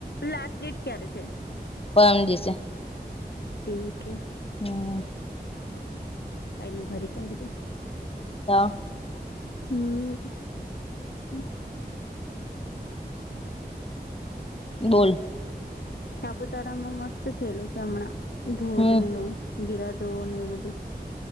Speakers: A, on the left; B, on the left.
A: લાસ્ટ ડેટ ક્યારે છે?
B: પરમ દિવસે.
A: એવું કે.
B: હમ્મ.
A: કાઈની ભરી કાઢજે.
B: તો
A: હમ્મ <unintelligible>
B: બોલ
A: સાપુતારા માં મસ્ત થેલું છે હમણાં ધોધ
B: હમ
A: ને એવું ગીરા ધો ને એવું બધું